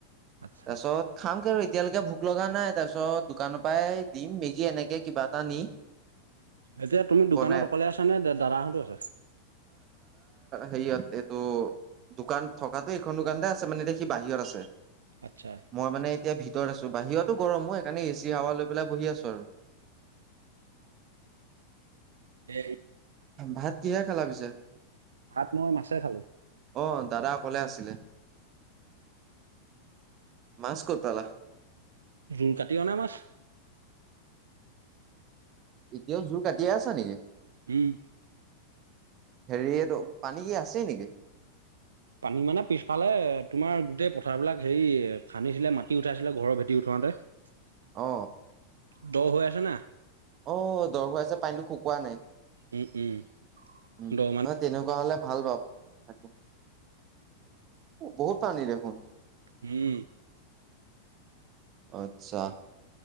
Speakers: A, on the right (about 70°); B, on the right (about 35°).
A: আচ্ছা,
B: তাৰপিছত খাম কি আৰু। এতিয়ালৈকে ভোক লগা নাই তাৰপিছত দোকানৰ পৰাই দিম মেগী এনেকে কিবা এটা নি।
A: এতিয়া তুমি দোকানত
B: বনাই
A: অকলে আছা নে দাদাহঁতো আছে।
B: হিয়াত এইটো দোকান থকাটো এইখন দোকানতে আছে মানে এতিয়া সি বাহিৰত আছে।
A: আচ্ছা,
B: মই মানে। এতিয়া ভিতৰত আছোঁ বাহিৰতো গৰমো সেইকাৰণে এ চি হাৱা লৈ পেলাই বহি আছোঁ আৰু।
A: এই
B: ভাত কিহে খালা পিছে।
A: ভাত মই মাছে খালোঁ,
B: অ দাদা অকলে আছিলে। মাছ ক'ত পালা।
A: উম কাটি অনা মাছ।
B: এতিয়াওঁ জোৰ কাটিয়েই আছা নেকি।
A: হম।
B: হেৰি এইটো পানী কি আছেই নেকি।
A: পানী মানে পিছফালে তোমাৰ গোটেই পথাৰ বিলাক হেৰি খান্দিছিলে মাটি উঠাইছিলে ঘৰৰ ভেটি উঠাবলে। মানে।
B: অ।
A: দ হৈ আছে না।
B: অ দ হৈ আছে পানীটো শুকোৱা নাই।
A: উম, উম,
B: উম
A: দ মানে
B: তেনেকুৱা হলে ভাল বাৰু তাকে। বহুত পানী দেখোন।
A: উম।
B: আচ্ছা।